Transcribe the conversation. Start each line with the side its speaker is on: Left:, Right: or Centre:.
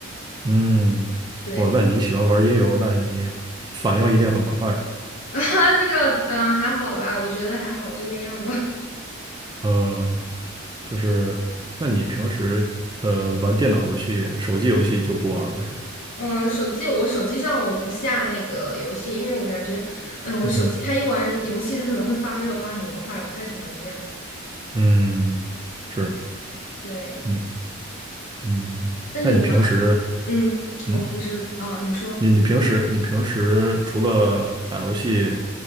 Right: 嗯，
Left: 对
Right: 哇，那你喜欢玩音游，那你反应一定很快，
Left: <laughs> 啊，这个嗯、呃还好吧，我觉得还好，就那样吧。
Right: 嗯。就是，那你平时呃玩电脑游戏、手机游戏就不玩了是吧？
Left: 嗯，手机我手机上我不下那个游戏，因为我感觉，嗯，我手机它一玩游戏它可能会发热发很快，
Right: 嗯
Left: 不太喜欢这样。
Right: 嗯，是，
Left: 对，
Right: 那嗯，
Left: 那你玩，
Right: 那你平时
Left: 嗯，
Right: 嗯，
Left: 我平时啊，你说。
Right: 你你平时你平时除了打游戏，